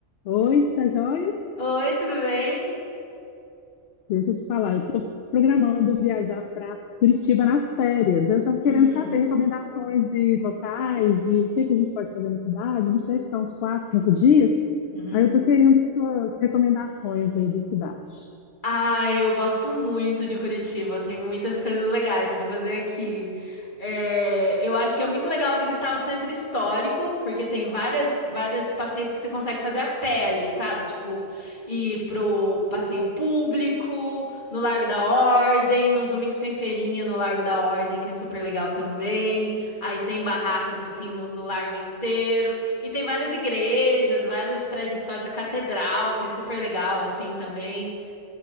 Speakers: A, on the left; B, on the left.
A: Oi, tá joia?
B: Oi, tudo bem?
A: Deixa eu te falar, eu estou programando viajar para Curitiba nas férias. Eu estou querendo
B: Hum,
A: saber recomendações de locais, de o que que a gente pode fazer na cidade. A gente deve ficar uns quatro, cinco dias.
B: uhum.
A: Aí eu estou querendo suas recomendações aí da cidade.
B: Ai, eu gosto muito de Curitiba. Tem muitas coisas legais para fazer aqui. É, eu acho que é muito legal visitar o centro histórico, porque tem várias, vários passeios que você consegue fazer a pé ali, sabe? Tipo, ir pro passeio público, no Largo da Ordem. Nos domingos tem feirinha no Largo da Ordem, que é super legal também. Aí tem barracas assim no, no largo inteiro. E tem várias igrejas, vários prédios históricos, a catedral, que é super legal assim também.